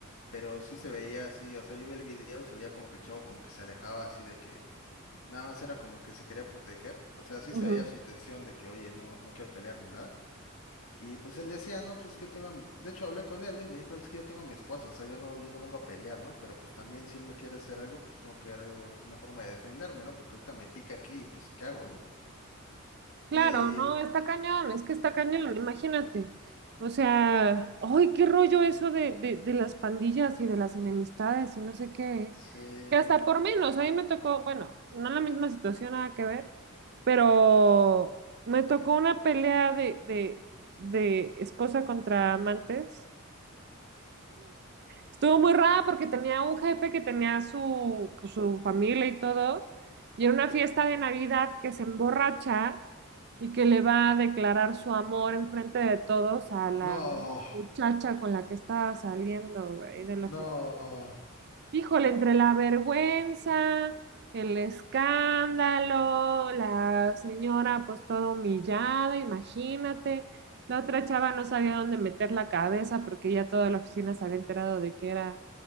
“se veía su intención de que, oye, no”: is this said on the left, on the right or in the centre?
Left